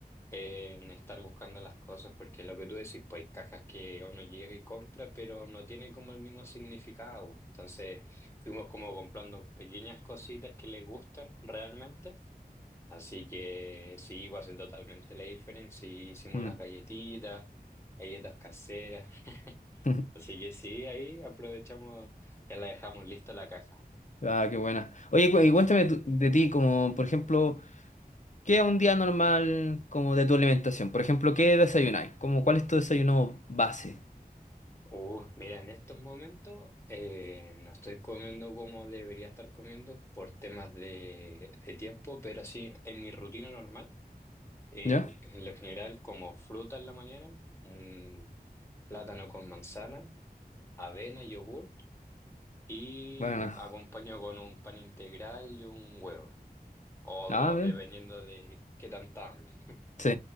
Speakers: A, on the left; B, on the left.
A: eh, en estar buscando las cosas, porque lo que tú decís, pues hay cajas que uno llega y compra, pero no tiene como el mismo significado. Entonces fuimos como comprando pequeñas cositas que le gustan realmente. Así que sí, va a ser totalmente la diferencia. Y Hicimos
B: mm.
A: las galletitas, galletas caseras.
B: <laughs>
A: Así que sí, ahí aprovechamos, ya la dejamos lista la caja.
B: Ah, qué buena. Oye, cu- y cuéntame tu- de ti, como por ejemplo, ¿qué es un día normal como de tu alimentación? Por ejemplo, ¿qué desayunáis? Como, ¿cuál es tu desayuno base?
A: Uh, mira, en estos momentos eh, no estoy comiendo como debería estar comiendo por temas de, de tiempo, pero sí, en mi rutina normal, eh,
B: ¿Ya?
A: en lo general como fruta en la mañana, un plátano con manzana, avena, yogurt y
B: Bueno,
A: acompaño con un pan integral y un huevo, o
B: ah,
A: dos,
B: bien.
A: dependiendo de qué tanta hambre.
B: Sí.